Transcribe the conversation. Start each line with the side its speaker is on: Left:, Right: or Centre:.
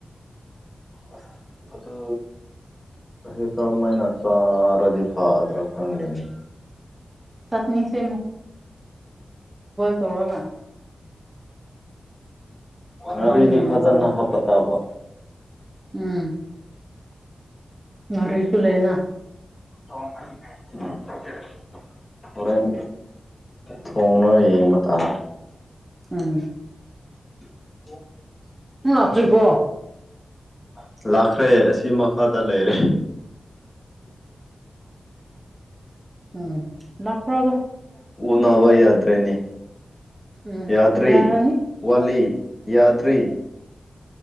Left: ꯑꯁ ꯑꯗꯨ ꯍꯦ ꯇ ꯃꯥꯏꯅ ꯆ ꯔꯗꯤ ꯐꯥꯗ꯭ꯔ ꯐꯪꯅꯤ
Right: ꯆꯠꯅꯤꯁꯦ ꯇꯧꯔꯒ
Left: ꯉꯥꯔꯤꯗꯤ
Right: ꯑꯗꯨꯅ ꯍꯦꯟꯅ
Left: ꯐꯖꯅ
Right: ꯐꯅꯤ
Left: ꯍꯥꯞꯄ ꯇꯥꯕ
Right: ꯎꯝ ꯉꯔꯤꯁꯨ ꯂꯩꯅ
Left: <unintelligible> ꯍꯣꯔꯦꯟ ꯊꯣꯡꯅ ꯌꯦꯡꯕ ꯇꯥꯔꯦ
Right: ꯎꯝ
Left: <unintelligible>
Right: ꯅꯪ ꯂꯥꯛꯇ꯭ꯔꯤꯕꯣ
Left: ꯂꯥꯛꯈ꯭ꯔꯦ ꯑꯁꯤ ꯃꯈꯥꯗ ꯂꯩꯔꯦ
Right: ꯎꯝ ꯂꯥꯈꯔꯣꯗ
Left: ꯎꯅꯥꯋꯥ ꯌꯥꯗ꯭ꯔꯦꯅꯦ
Right: ꯎꯝ
Left: ꯌꯥꯗꯔꯤ
Right: ꯌꯥꯔꯅꯤ
Left: ꯋꯥꯠꯂꯤ ꯌꯥꯗꯔꯤ